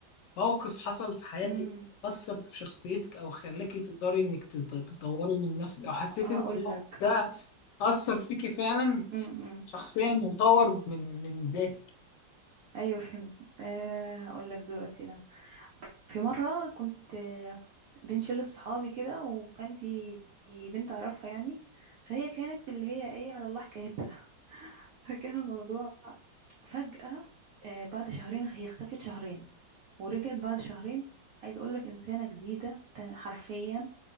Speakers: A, on the left; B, on the right.
A: موقف حصل في حياتك
B: امم
A: أثر في شخصيتك أو خلاكي تقدري إنك تط- تطوري من نفسك أو حسيتي
B: هقول
A: إن الموقف
B: لك
A: ده أثر فيكي فعلا
B: امم
A: شخصيا وطور من من ذاتك
B: ايوه فهمت أه هقول لك دلوقتي انا في مره كنت آه، بين شله صحابي كده وكان في في بنت اعرفها يعني فهي كانت اللي هي ايه على الله حكايتها <laughs> فكان الموضوع فجأة آه، بعد شهرين هي اختفت شهرين ورجعت بعد شهرين عايز اقول لك انسانه جديده تم- حرفيا